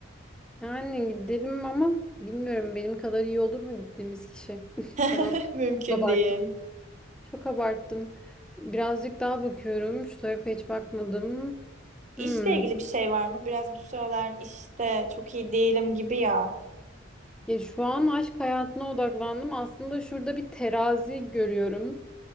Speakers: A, in the centre; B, on the right.
A: Yani gidelim ama bilmiyorum benim kadar iyi olur mu gittiğimiz kişi. <laughs> Tamam.
B: <laughs>
A: Çok
B: Mümkün
A: abarttım.
B: değil.
A: Çok abarttım. Birazcık daha bakıyorum. Şu tarafa hiç bakmadım.
B: İşle
A: Hmm.
B: ilgili bir şey var mı? Biraz bu sıralar işte çok iyi değilim gibi ya.
A: Ya şu an aşk hayatına odaklandım. Aslında şurada bir terazi görüyorum.